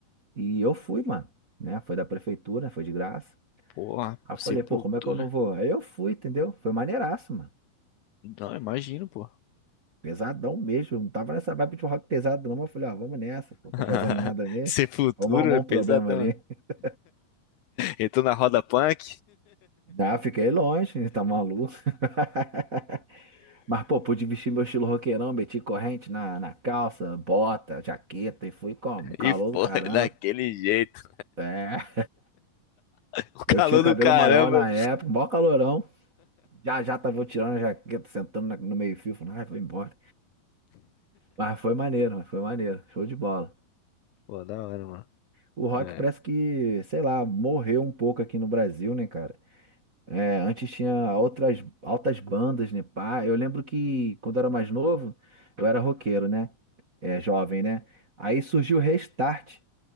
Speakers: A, on the right; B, on the left.
A: E eu fui, mano. Né? Foi da prefeitura, foi de graça.
B: Porra,
A: Aí eu
B: Sepultura.
A: falei, pô, como é que eu não vou? Aí eu fui, entendeu? Foi maneiraço, mano.
B: Não, imagino, pô.
A: Pesadão mesmo. Eu Não tava nessa vibe de rock pesado, não. Mas eu falei, ó, vamos nessa. Não
B: <laughs>
A: tô fazendo nada mesmo.
B: Sem futuro,
A: Vamos arrumar
B: é
A: um
B: pesadão.
A: problema ali. <laughs>
B: Entrou na roda punk
A: Ah, fiquei longe, tá maluco. <laughs> Mas, pô, pude vestir meu estilo roqueirão, meti corrente na, na calça, bota, jaqueta e fui como?
B: <laughs>
A: Calor
B: e foi
A: do caramba.
B: daquele jeito.
A: É,
B: O calor
A: eu tinha o cabelo
B: do caramba.
A: maior na época, maior calorão. Já já tava eu tirando a jaqueta, sentando na- no meio-fio, falando, ai, vou embora. Mas foi maneiro, mas foi maneiro, show de bola.
B: Pô, da hora, mano.
A: O rock
B: É.
A: parece que, sei lá, morreu um pouco aqui no Brasil, né, cara? É, antes tinha outras altas bandas, né, pá? Eu lembro que quando eu era mais novo, eu era roqueiro, né? É, jovem, né? Aí surgiu o Restart.